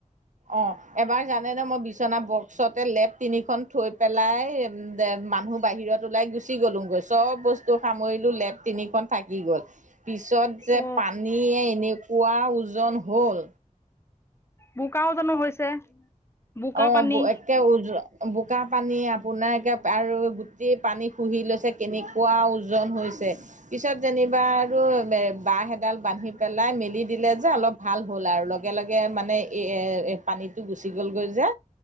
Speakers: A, on the right (about 65°); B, on the left (about 20°).
A: অঁ এবাৰ জানেনে মই বিচনা বক্সতে লেপ তিনিখন থৈ পেলাই যে মানুহ বাহিৰত ওলাই গুচি গ'লো গৈ চব বস্তু তো সামৰিলো লেপ তিনিখন থাকি গ'ল। পিছত যে
B: অ
A: পানীয়ে এনেকুৱা ওজন হ'ল
B: বোকাও জানো হৈছে? বোকা
A: অ'
B: পানী।
A: এক বোকা পানী আপোনাৰ একে আৰু গোটে পানী শুহি লৈছে কেনেকুৱা ওজন হৈছে পিছত যেনিবা আৰু এ বাঁহ এডাল বান্ধি পেলাই মেলি দিলে যে অলপ ভাল হ'ল আৰু লগে লগে মানে এই পানীটো গুচি গ'লগৈ যে